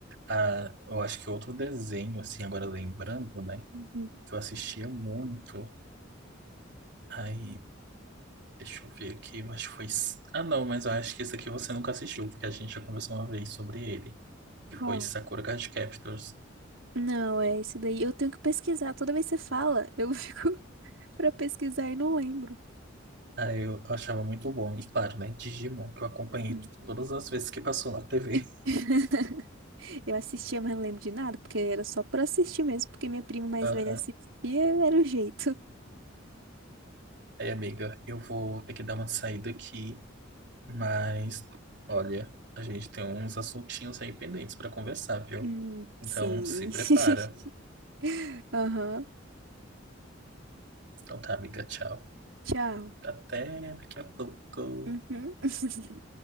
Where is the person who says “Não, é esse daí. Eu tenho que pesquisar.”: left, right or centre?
Right